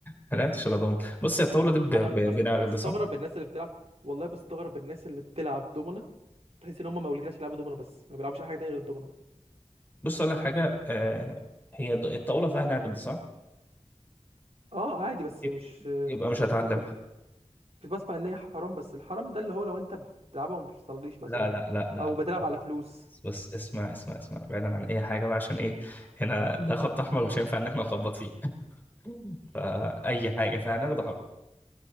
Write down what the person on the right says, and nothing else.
انا
بستغرب
الناس اللي بتلعب والله بستغرب الناس اللي بتلعب دومنا تحس ان هم مولودين عشان يلعبوا دومنا بس ما بيلعبوش اي حاجه تانية غير الدومنا
اه عادي بس
مش
كنت كنت بسمع ان هي حرام بس الحرام ده اللي هو لو انت بتلعبها وما بتصليش مثلا
او بتلعب على فلوس